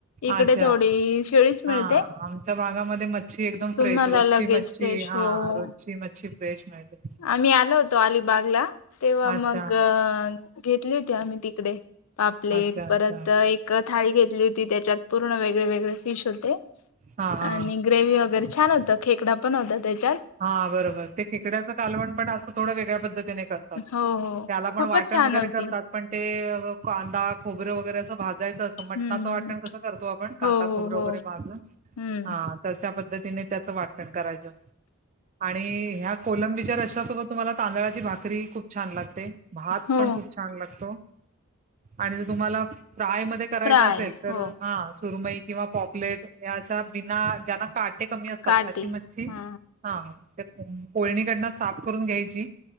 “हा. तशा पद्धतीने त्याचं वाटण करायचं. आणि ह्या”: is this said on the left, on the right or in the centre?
Right